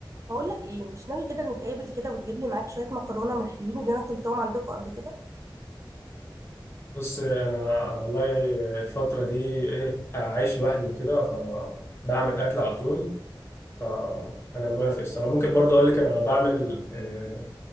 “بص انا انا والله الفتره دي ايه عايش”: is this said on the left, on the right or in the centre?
Left